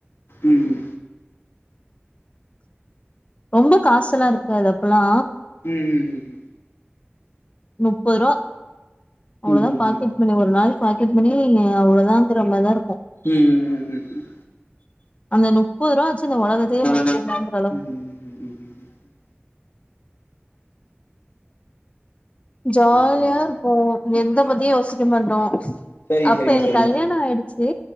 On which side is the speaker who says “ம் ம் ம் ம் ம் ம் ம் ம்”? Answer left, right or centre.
Left